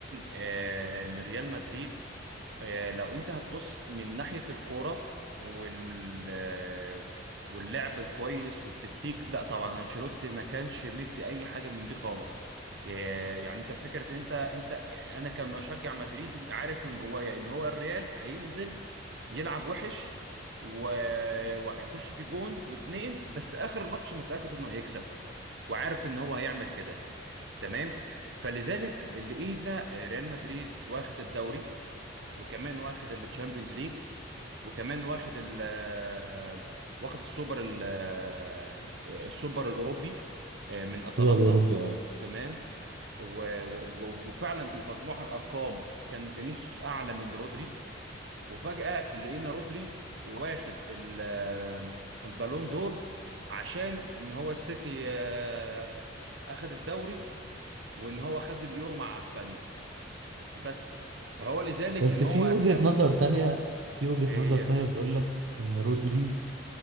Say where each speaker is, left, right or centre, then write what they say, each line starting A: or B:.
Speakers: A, on the right; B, on the right.
A: آه، لريال مدريد آه، لو انت هتبص من ناحية الكورة وال آه، واللعب الكويس والتكتيك لا طبعا انشيلوتي ما كانش مدي اي حاجة من دي خالص آه، يعني انت فكرة انت انت انا كمشجع مدريدي عارف من جوايا ان هو الريال هينزل يلعب وحش و... وهيخش في جون واتنين بس اخر ماتش متأكد انه هيكسب وعارف ان هو هيعمل كده تمام فلذلك لقينا ريال مدريد واخد الدوري وكمان واخد التشامبيونز ليج وكمان واخد ال آه، واخد السوبر ال- آه، السوبر الاوروبي آه، من اتلانتا
B: الدوري الأوروبي اه
A: تمام و- و- وفعلا ومجموع الارقام كان فينيسيوس اعلى من رودري وفجأة لقينا رودري واخد ال- آه، البالون دور عشان ان هو السيتي آه، اخد الدوري وان هو خد اليورو مع اسبانيا بس فهو لذلك
B: بس
A: ان هو
B: في وجهة
A: فعلا
B: نظر تانية في وجهة
A: آه،
B: نظر تانية بتقول لك إن رودري